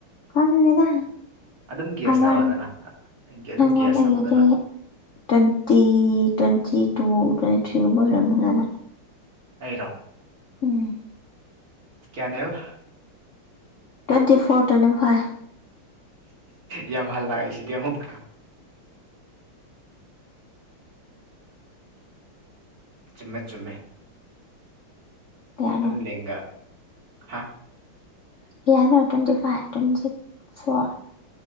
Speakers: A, on the left; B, on the right.
A: ꯈꯪꯗ‌ꯦꯗꯥ
B: ꯑꯗꯨꯝ ꯒ꯭ꯌꯥꯁ
A: ꯍꯉꯣꯟ
B: ꯇꯧꯔꯛꯑꯣꯗꯅ ꯑꯗꯨꯝ
A: ꯑꯩꯉꯣꯟ
B: ꯒ꯭ꯌꯥꯁ
A: <unintelligible> ꯂꯩꯉꯗꯤ
B: ꯇꯧꯑꯣꯗꯅ
A: ꯇ꯭ꯋꯦꯟꯇꯤ ꯇ꯭ꯋꯦꯟꯇꯤ ꯇꯨ ꯇ꯭ꯋꯦꯟꯇꯤ ꯊ꯭ꯔꯤꯒꯨꯝꯕ ꯑꯣꯏꯔꯝꯗ ꯃꯥꯜꯂ‌ꯦ
B: ꯑꯩꯔꯣ
A: ꯎꯝ
B: ꯀꯌꯥꯅꯦꯕ
A: ꯇ꯭ꯋꯦꯟꯇꯤ ꯐꯣꯔ ꯇꯨ꯭ꯋ‌ꯦꯟꯇꯤ ꯐꯥꯏꯚ
B: ꯌꯥꯝ ꯍꯜꯂꯥꯛꯏꯁꯤꯗꯤ ꯑꯃꯨꯛꯀꯥ ꯆꯨꯝꯃꯦ ꯆꯨꯝꯃꯦ
A: ꯀꯌꯥꯅꯣ
B: ꯑꯗꯨꯝ ꯂꯦꯡꯒ ꯍꯥ
A: ꯀꯌꯥꯅꯣ ꯇ꯭ꯋꯦꯟꯇꯤ ꯐꯥꯏꯚ ꯇ꯭ꯋꯦꯟꯇꯤ ꯐꯣꯔ